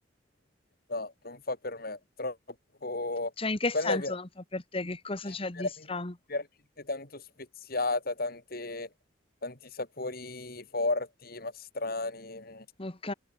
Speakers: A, on the left (about 55°); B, on the left (about 30°).
A: No, non fa per me. Troppo...
B: Cioè, in che
A: Quella
B: senso
A: è vera
B: non fa per te? Che cosa
A: è
B: c'è di
A: veramente,
B: strano?
A: veramente tanto speziata, tante- tanti sapori forti, ma strani. Mm,
B: Ok,